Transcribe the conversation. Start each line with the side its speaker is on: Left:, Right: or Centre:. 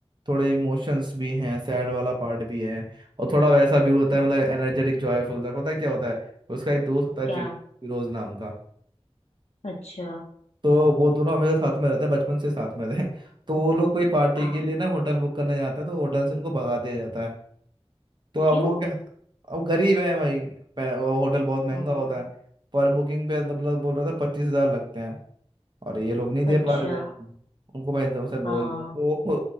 Right: थोड़े इमोशंस भी हैं सैड वाला पार्ट भी है और थोड़ा वैसा भी होता
Left: हम्म
Right: है मतलब एनर्जेटिक जॉयफुल तक पता है क्या होता है उसका एक दोस्त होता है
Left: क्या
Right: जि- फिरोज नाम का
Left: अच्छा
Right: तो वो दोनों हमेशा साथ में रहते हैं बचपन से साथ में थे तो वो लोग कोई पार्टी
Left: हाँ
Right: के लिए ना होटल बुक करने जाते हैं तो होटल से उनको भगा दिया जाता है तो
Left: क्यों
Right: अब वो क्या अब गरीब है भाई पे- वो होटल बहुत महंगा
Left: हाँ
Right: होता है पर बुकिंग पे तो मतलब बोल रहा था पच्चीस हजार लगते हैं और ये लोग नहीं दे
Left: अच्छा
Right: पा रहे थे हम्म। उनको भाई दो से
Left: हाँ
Right: बोल दिया तो वो